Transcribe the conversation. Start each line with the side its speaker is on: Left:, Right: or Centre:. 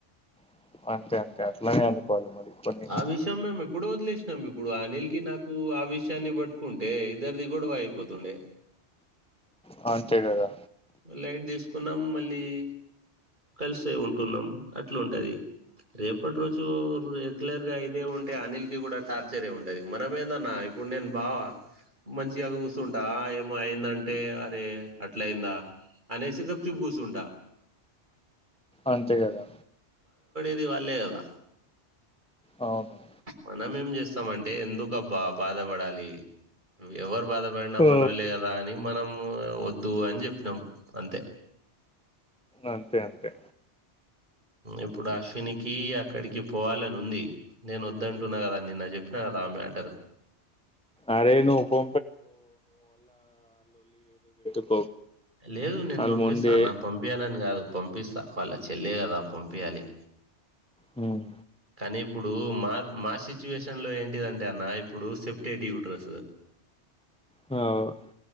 Centre: <unintelligible> అట్లానే అనుకోవాలి మరి కొన్ని
Right: ఆ విషయం మేము ఎప్పుడ వదిలేసినాం. ఇప్పుడు ఆనిల్ కి నాకు. కు ఆ విషయాన్ని పట్టుకుంటే. ఇద్దరిది గొడవ అయిపోతుండే.
Centre: అ అంతే కదా.
Right: లైట్ తీసుకున్నాం మళ్ళీ, కలిసే ఉంటున్నాం అట్లా ఉంటది. రేపటి రోజు రెగ్యులర్ గా ఇదే ఉంటే అనిల్ కి కూడా టార్చరే ఉంటది. మనం ఏందన్నా. ఇప్పుడు నేను బావ. మంచిగా చూస్తుంటా. ఏమో అయిందంటే అరే అట్ల అయిందా. అనేసి గప్ చూపుగుసుంటా.
Centre: అంతే కదా.
Right: ఎవరు లే వాళ్లే కదా.
Centre: అవును.
Right: మనం ఏం చేస్తామంటే ఎందుకుబ్బా బాధపడాలి. ఎవరు. బాధపడిన
Centre: ఓ,
Right: మనవులే కదా అని మనం. వద్దు అని చెప్పినాం అంతే.
Centre: అంతే అంతే.
Right: ఇప్పుడు అశ్వినికి అక్కడికి పోవాలని ఉంది. నేను వద్దంటున్నా కదా నిన్న చెప్ప. చెప్పనా కదా మ్యాటర్.
Centre: అరే నువ్వు. <unintelligible>
Right: లేదు నేను
Centre: వాళ్ళు
Right: పంపిస్తా
Centre: ముందే
Right: అన్న. పంపించనని కాదు పంపిస్తా వాళ్ళ చెల్లే కదా. పంపియ్యాలి.
Centre: హ్మ్.
Right: కానీ ఇప్పుడు మా మా సిచ్యువేషన్లో ఏంటిదంటే అన్న ఇప్పుడు సెప్టేటివ్ యూటీవర్స్.
Centre: ఆ.